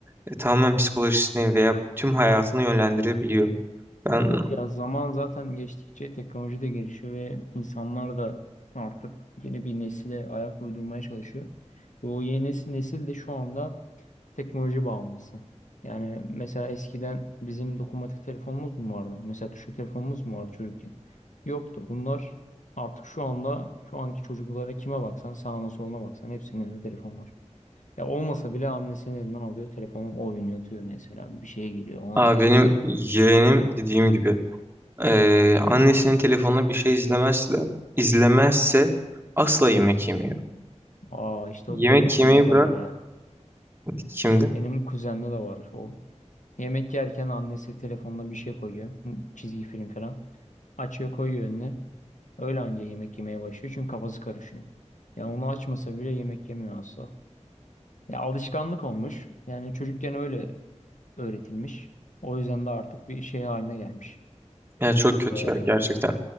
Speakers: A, on the right; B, on the left.
A: e, tamamen psikolojisini veya tüm hayatını yönlendirebiliyor. Ben,
B: Yok ya zaman zaten geçtikçe teknoloji de gelişiyor ve insanlar da artık yeni bir nesile ayak uydurmaya çalışıyor. Ve o yeni nesil, nesil de şu anda teknoloji bağımlısı. Yani mesela eskiden bizim dokunmatik telefonumuz mu vardı? Mesela tuşlu telefonumuz mu vardı çocukken? Yoktu. Bunlar artık şu anda şu anki çocuklara kime baksan sağına soluna baksan hepsinin elinde telefon var. Ya olmasa bile annesinin elinden alıyor telefonu o oynatıyor mesela. Bir şeye giriyor ona
A: aa,
B: giriyor
A: benim
B: ona giriyor.
A: yeğenim dediğim gibi Ee, annesinin telefonuna bir şey izlemezse, izlemezse asla yemek yemiyor.
B: Aa işte o
A: Yemek
B: benim şeyimde
A: yemeyi
B: de
A: bırak
B: var ya.
A: kimde?
B: Benim kuzenimde de var o. Yemek yerken annesi telefonuna bir şey koyuyor. Çizgi film falan. Açıyor koyuyor önüne. Öyle anca yemek yemeye başlıyor çünkü kafası karışıyor. Ya onu açmasa bile yemek yemiyor asla. Ya alışkanlık olmuş. Yani çocukken öyle öğretilmiş. O yüzden de artık bir şey haline gelmiş.
A: Ya çok kötü
B: Ee,
A: ya gerçekten.